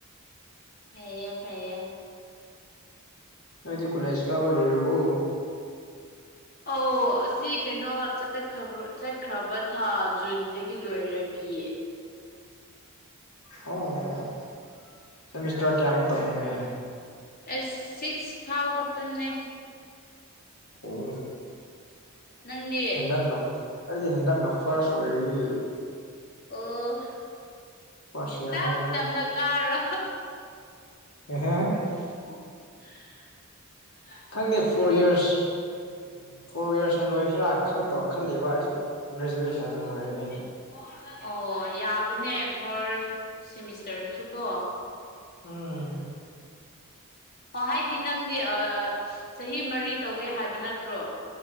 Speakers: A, on the left (about 45°); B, on the left (about 80°).
A: ꯐꯌꯦ ꯐꯌꯦ
B: ꯅꯗꯤ ꯀꯂꯦꯁ ꯀꯥꯕ ꯂꯣꯏꯔꯕꯣ
A: ꯑꯧ ꯑꯁꯤ ꯀꯩꯅꯣꯈ ꯆꯠꯈ꯭ꯔꯕ ꯊꯥ ꯖꯨꯟꯗꯒꯤ ꯂꯣꯏꯔꯕꯤꯌꯦ
B: ꯑꯣ ꯁꯦꯃꯤꯁꯇꯔ ꯀꯌꯥꯕꯨ ꯇꯝꯃꯨꯡꯒꯦ
A: ꯑꯦꯁ ꯁꯤꯛꯁ ꯐꯥꯎ ꯈꯛꯇꯅꯦ
B: ꯑꯣ
A: ꯅꯪꯗꯤ
B: ꯦꯡꯅꯣ ꯑꯩꯗꯤ ꯍꯟꯗꯛꯅ ꯐꯥꯔꯁ ꯑꯣꯏꯔꯤ
A: ꯑꯣ
B: ꯐꯥꯔꯁ ꯏꯌꯥꯔꯅꯦ
A: ꯇꯞ
B: ꯑꯩꯗꯤ
A: ꯇꯞꯅ ꯀꯥꯔꯣ
B: <unintelligible>
A: <unintelligible>
B: ꯈꯪꯗꯦ ꯐꯣꯔ ꯌꯔꯁ ꯎ ꯐꯣꯔ ꯌꯔꯁꯅ ꯂꯣꯏꯁꯤꯔꯥ ꯈꯜꯛꯇꯣ ꯈꯜꯂꯤꯦꯕ ꯑꯩꯁꯨ ꯒ꯭ꯔꯦꯖꯨꯋꯦꯁꯟꯅ
A: <unintelligible>
B: ꯂꯣꯏꯔꯒꯦꯅ
A: ꯑꯣ ꯌꯥꯕꯅꯦ ꯐꯣꯔ ꯁꯤꯦꯃꯤꯁꯇꯔꯁꯨ ꯀꯣ
B: ꯎꯝ
A: ꯑꯣ ꯍꯥꯏꯗꯤ ꯅꯪꯗꯤ ꯆꯍꯤ ꯃꯔꯤ ꯇꯧꯋꯦ ꯍꯥꯏꯕ ꯅꯠꯇ꯭ꯔꯣ